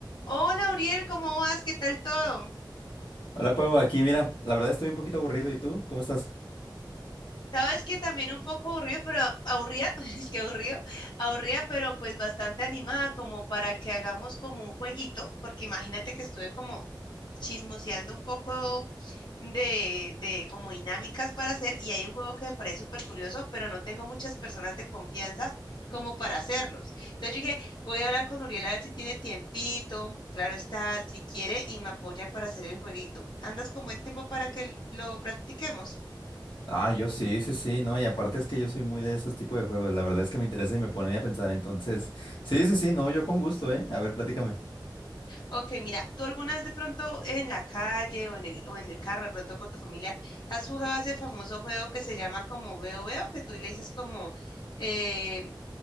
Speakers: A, on the left; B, on the left.
A: Hola, Uriel, ¿cómo vas? ¿Qué tal todo?
B: Hola Pau, aquí mira, la verdad estoy un poquito aburrido. ¿Y tú? ¿Cómo estás?
A: Sabes que también un poco aburrido, pero aburrida, <laughs> es que aburrido, aburrida, pero pues bastante animada como para que hagamos como un jueguito, porque imagínate que estuve como chismoseando un poco de, de como dinámicas para hacer y hay un juego que me parece súper curioso, pero no tengo muchas personas de confianza como para hacerlos. Entonces yo dije, voy a hablar con Uriel a ver si tiene tiempito, claro está, si quiere y me apoya para hacer el jueguito. ¿Andas con buen tiempo para que lo practiquemos?
B: Ah, yo sí, sí, sí, no, y aparte es que yo soy muy de esos tipos de juegos. La verdad es que me interesa y me pone a pensar. Entonces, sí, sí, sí, no, yo con gusto, ¿eh? A ver, platícame.
A: Ok, mira, ¿tú alguna vez de pronto en la calle o en el, o en el carro, de pronto con tu familia, has jugado ese famoso juego que se llama como Veo Veo, que tú le dices como, eh,